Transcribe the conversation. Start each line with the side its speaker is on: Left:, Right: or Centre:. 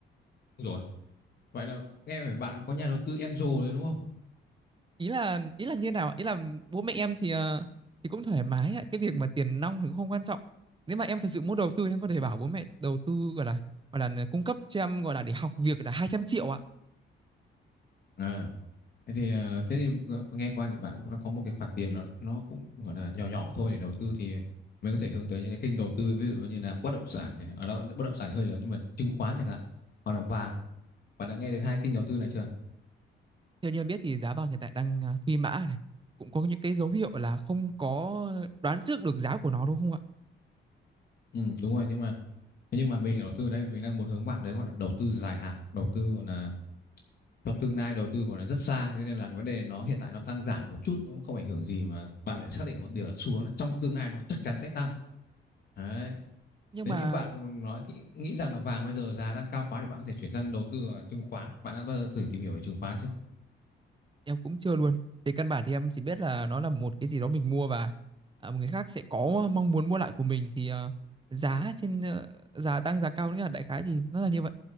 Left: rồi vậy là nghe về bạn có nhà đầu tư Enzo đấy đúng không
Right: ý là ý là như nào ạ? ý là bố mẹ em thì à, thì cũng thoải mái ạ cái việc mà tiền nong thì cũng không quan trọng nếu mà em thật sự muốn đầu tư thì em có thể bảo bố mẹ đầu tư gọi là gọi là cung cấp cho em gọi là để học việc là 200 triệu ạ
Left: à thế thì ờ, thế thì à, nghe qua thì bạn cũng đã có một cái khoản tiền nó nó cũng gọi là nhỏ nhỏ thôi để đầu tư thì mình có thể hướng tới những cái kênh đầu tư ví dụ như là bất động sản này ở đó bất động sản thì hơi lớn nhưng mà chứng khoán chẳng hạn hoặc là vàng bạn đã nghe đến hai kênh đầu tư này chưa
Right: Theo như em biết thì giá vàng hiện tại đang à, phi mã này, cũng có những cái dấu hiệu là không có đoán trước được giá của nó đúng không ạ?
Left: Ừ, đúng rồi nhưng mà thế nhưng mà mình đầu tư ở đây mình đang muốn hướng bạn đấy gọi là đầu tư dài hạn đầu tư gọi là cho tương lai đầu tư gọi là rất xa thế nên là cái vấn đề nó hiện tại nó tăng giảm một chút nó cũng không ảnh hưởng gì mà bạn phải xác định một điều là xu hướng là trong tương lai nó chắc chắn sẽ tăng đấy
Right: Nhưng
Left: nếu
Right: mà
Left: như bạn nói kỹ- nghĩ rằng là vàng bây giờ giá đang cao quá thì bạn có thể chuyển sang đầu tư ở chứng khoán bạn đã bao giờ thử tìm hiểu về chứng khoán chưa
Right: em cũng chưa luôn về căn bản thì em chỉ biết là nó là một cái gì đó mình mua và à, một người khác sẽ có mong muốn mua lại của mình thì à, giá trên ờ, giá tăng giá cao nghĩa là đại khái thì nó là như vậy